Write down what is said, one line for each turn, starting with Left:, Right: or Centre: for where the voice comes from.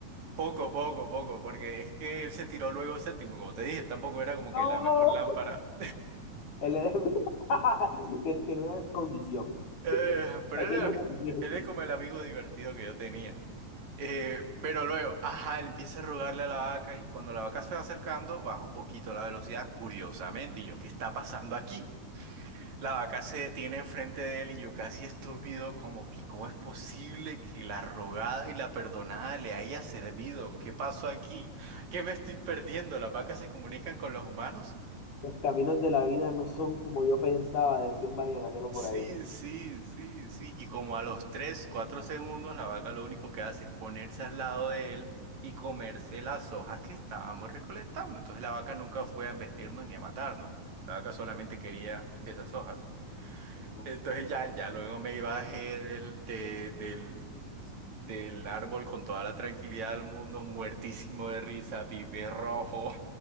Right: Poco, poco, poco. Porque es que él se tiró luego séptimo, como te dije. Él tampoco era como que
Left: No.
Right: la mejor lámpara.
Left: Él era- <laughs> Ten- Tiene una condición,
Right: Eh, pero
Left: pequeña
Right: él era, mi-
Left: condición.
Right: él es como el amigo divertido que yo tenía. Eh, pero luego, ajá, él empieza a rogarle a la vaca y cuando la vaca se va acercando, baja un poquito la velocidad, curiosamente. Y yo, ¿qué está pasando aquí? La vaca se detiene enfrente de él y yo casi estúpido, como que, ¿cómo es posible que la rogada y la perdonada le haya servido? ¿Qué pasó aquí? ¿Qué me estoy perdiendo? ¿Las vacas se comunican con los humanos?
Left: Los caminos de la vida no son como yo pensaba, decía un vallenatero
Right: Sí,
Left: por ahí.
Right: sí, sí, sí. Y como a los 3, 4 segundos, la vaca lo único que hace es ponerse al lado de él y comerse las hojas que estábamos recolectando. Entonces la vaca nunca fue a embestirnos ni a matarnos. La vaca solamente quería esas hojas.
Left: Ujú.
Right: Entonces ya, ya luego me bajé del, de- del, del árbol con toda la tranquilidad del mundo, muertísimo de risa, pibe rojo,